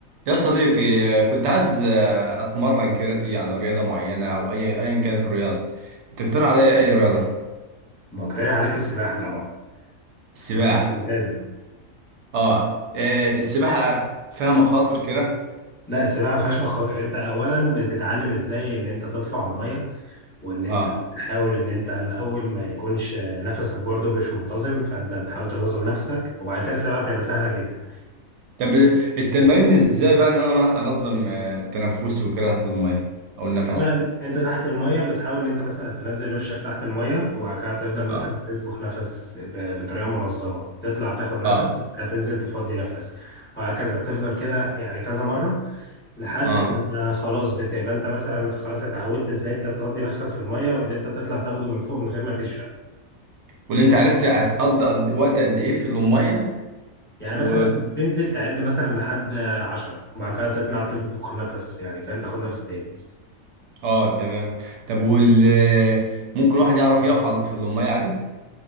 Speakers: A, on the right; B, on the left.
A: يا صديقي آه، كنت عايز آه، اتمرن كاراتيه على رياضه معينه او اي ايا كانت الرياضه تقترح عليا اي رياضه
B: بقترح عليك السباحة طبعا
A: السباحه
B: السباحة ممتازة
A: اه آه، السباحه فيها مخاطر كده
B: لا السباحة ما فيهاش مخاطر انت اولا بتتعلم ازاي ان انت تطفو على المية وان انت
A: اه
B: تحاول ان انت الاول ما يكونش نفسك برضه مش منتظم فانت بتحاول تنظم نفسك وبعد كده السباحة تبقى سهلة جدا
A: طب التمارين ازاي بقى ان انا انظم آه، تنفسي وكده تحت الميه او النفس
B: اولا انت تحت الميه بتحاول ان انت مثلا تنزل وشك تحت الميه وبعد كده تفضل مثلا
A: اه
B: تنفخ نفس ب- بطريقه منظمه تطلع تاخد نفس
A: اه
B: وبعد كده تنزل تفضي نفس وهكذا بتفضل كده يعني كذا مره لحد
A: اه
B: ما خلاص بتبقى انت مثلا خلاص اتعودت ازاي انت بتودي نفسك في الميه وان انت تطلع تاخده من فوق من غير ما تشرب
A: واللي انت عرفت هتقضي قد- وقت قد ايه في الميه
B: يعني
A: و...
B: مثلا تنزل تعد مثلا لحد عشرة وبعد كده تطلع تنفخ نفس يعني فاهم تاخد نفس تاني
A: اه تمام طب وال آه، ممكن واحد يعرف يقف على- في الميه عادي